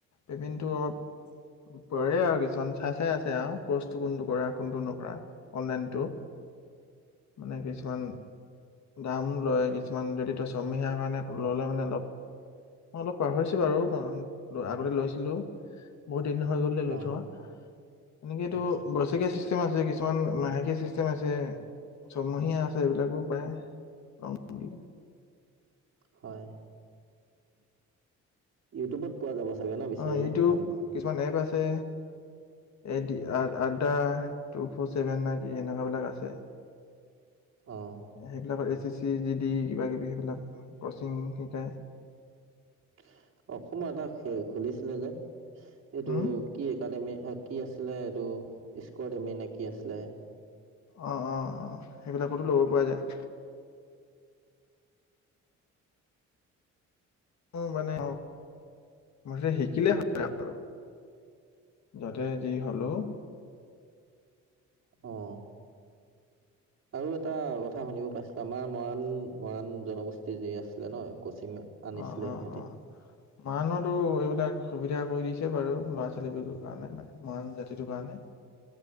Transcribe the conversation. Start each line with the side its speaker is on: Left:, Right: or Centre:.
Left: পেমেণ্ট অলপ কৰে আৰু কিছুমান চাই চাই আছে আৰু কৰ্চটো কোনটো কৰা কোনটো নকৰা অনলাইনতটো।
Right: উম,
Left: মানে কিছুমান দাম লয় কিছুমান কিছুমান যদি তটো চমিহাৰ কাৰণে ল'লে মানে অলপ মই অলপ পাহৰিছো বাৰু আগতে লৈছিলো বহুত হৈ গ লৈ
Right: অ
Left: থোৱা এনেকে এইটো
Right: আচ্ছা
Left: ব চেম আছে কিছুমান মাহেকীয়া চিষ্টেম আছে চয়মহীয়া আছে এইবিলাকো পায়। বুলিলে
Right: হয়। ইউটিউবত পোৱা যাব চাগে ন বিচাৰিলে
Left: অ, ইটো
Right: ভালকে
Left: কিছুমান এপ আছে। স এ আদা টু ফৰ চছেভেন নেকি সনেকুৱা বিলাক আছে।
Right: অ
Left: সেইবিলাকতি চি জি ড কিবা কিবি সেইবিলাক কচিং শিকাই।
Right: উম, অসমৰ এটা খুলিছিলে যে এইটো
Left: হুম
Right: কি একাডেমি কি আছিল? আছিলে এইটো স্কট এমি নেকি আছিলে।
Left: অ', অ', অ', সেইবিলাকতো ল'ব পৰা যায়। মানে মু শিকিলে হয় আৰু <unintelligible> যাতে যি হ'লো।
Right: অ', আৰু এটা কথা শুনিব পাইছিলো আমাৰ মৰাণ মৰাণ জনগোষ্ঠী যি আছিলে ন? কচিং আনিছিলে
Left: অঁ অঁ
Right: সিহঁতি।
Left: অঁ মৰাণতো এইবিলাক সুবিধা কৰি দিছে বাৰু ল'ৰা ছোৱালীবৰ কাৰণে মানে মৰাণ জাতিটোৰ কাৰণে।